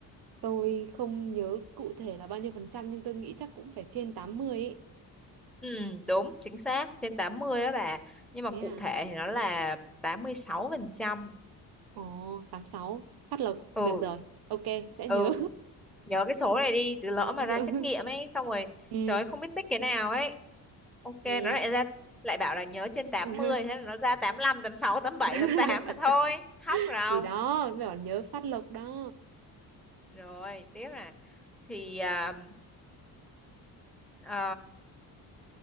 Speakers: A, on the right (about 70°); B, in the centre.
A: tôi không nhớ cụ thể là bao nhiêu phần trăm nhưng tôi nghĩ chắc cũng phải trên 80 ấy
B: Ừ, đúng, chính xác, trên 80 á bà. Nhưng mà
A: thế
B: cụ
A: à
B: thể thì nó là 86 phần trăm.
A: ồ tám sáu phát lộc
B: Ừ,
A: được rồi ok sẽ
B: ừ,
A: nhớ
B: nhớ cái số này đi, chứ lỡ
A: <laughs>
B: mà ra
A: rồi
B: trắc nghiệm ấy, xong rồi
A: ừ
B: trời ơi, không biết tích cái nào ấy. Ok,
A: ok
B: nó lại ra lại bảo là nhớ trên
A: <laughs>
B: tám
A: nhớ
B: mươi,
A: xem
B: thế là nó ra 85, 86, 87,
A: <laughs>
B: tám là thôi. Hóc ròng.
A: thì đó mới bảo nhớ Phát Lộc đó
B: Rồi, tiếp nè. Thì à, Ờ,